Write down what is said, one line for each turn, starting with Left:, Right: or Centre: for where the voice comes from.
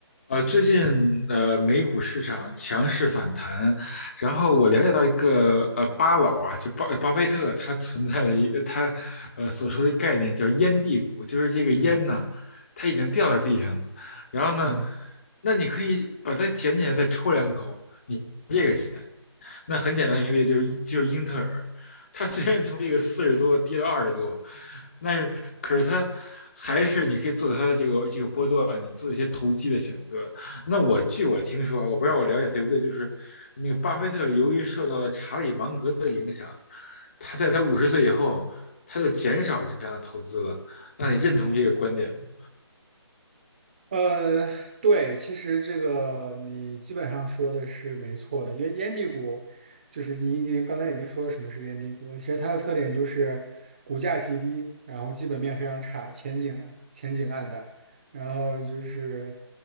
Left: 呃，最近呃，美股市场强势反弹，然后我了解到一个呃，巴老啊，就巴巴菲特，他存在的一个他呃所说的概念叫“烟蒂股”，就是这个烟呐，
Right: 嗯
Left: 它已经掉在地上了，然后呢，
Right: 嗯，
Left: 那你可以把它捡起来再抽两口，你这个钱。那很简单一个例子就是就是英特尔，它虽然从这个四十多跌到二十多，但是可是它还是你可以做它的这个这个波段，你做一些投机的选择。那我据我听说啊，我不知道我了解对不对，就是那个巴菲特由于受到了查理芒格的影响，他在他五十岁以后他就减少这样的投资了。那你认同这个观点吗？
Right: 呃，对，其实这个你基本上说的是没错的，因为烟蒂股就是你已经刚才已经说了什么是烟蒂股了，其实它的特点就是股价极低，然后基本面非常差，前景前景暗淡，然后就是